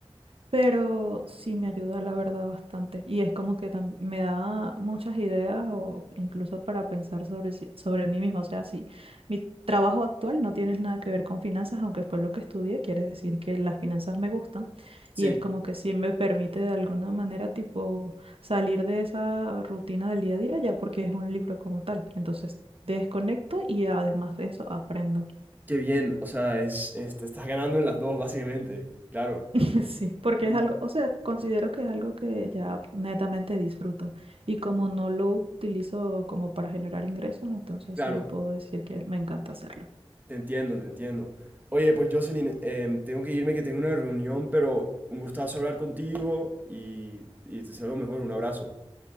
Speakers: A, on the right (about 65°); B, on the right (about 15°).
A: pero sí me ayuda, la verdad, bastante. Y es como que tam- me da muchas ideas o incluso para pensar sobre, si- sobre mí misma. O sea, si mi trabajo actual no tiene nada que ver con finanzas, aunque fue lo que estudié, quiere decir que las finanzas me gustan.
B: Sí.
A: Y es como que sí me permite de alguna manera, tipo, salir de esa rutina del día a día ya porque es un libro como tal. Entonces, desconecto y además de eso, aprendo.
B: qué bien. O sea, es, es- te estás ganando en las dos, básicamente. Claro,
A: <laughs> Sí, porque
B: Sí.
A: es algo, o sea, considero que es algo que ya netamente disfruto. Y como no lo utilizo como para generar ingresos, entonces
B: claro.
A: sí puedo decir que me encanta hacerlo.
B: Te entiendo, te entiendo. Oye, pues Jocelyn, em, tengo que irme, que tengo una reunión, pero un gustazo hablar contigo y, y te deseo lo mejor. Un abrazo.